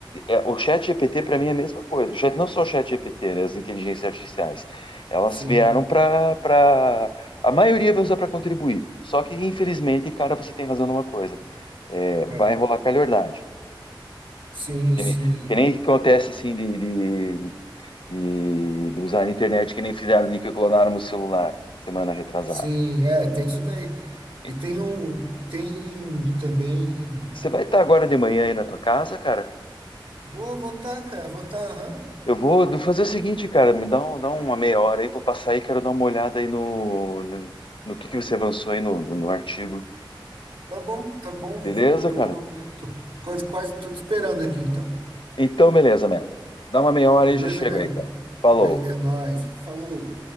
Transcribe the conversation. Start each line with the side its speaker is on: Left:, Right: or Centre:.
Left: é, o chat GPT para mim é a mesma coisa. O chat, não só o chat GPT, né, as inteligências artificiais. Elas
Right: sim.
Left: vieram para... Pra... pra- A maioria vai usar para contribuir. Só que, infelizmente, cara, você tem razão numa coisa. É, vai
Right: Ah,
Left: rolar calhordagem.
Right: sim,
Left: Que
Right: sim.
Left: nem, que nem acontece, assim, de, de, de- de usar a internet, que nem fizeram ali que clonaram o celular semana retrasada.
Right: Sim, é, tem isso daí.
Left: E
Right: E tem um. Tem um também.
Left: Você vai estar agora de manhã aí na tua casa, cara?
Right: Vou votar, cara, votar, aham.
Left: Eu vou do- fazer o seguinte, cara, me dá, um- dá uma meia hora aí, vou passar aí, quero dar uma olhada aí no, no, no que, que você avançou aí no, no no artigo.
Right: Tá bom, tá bom.
Left: Beleza,
Right: Tô,
Left: cara?
Right: tô quase, quase tudo esperando aqui, então.
Left: Então, beleza, mano. Dá uma meia hora
Right: Beleza,
Left: aí, já chego
Right: man?
Left: aí, cara. Falou.
Right: Be- é nóis. Falou.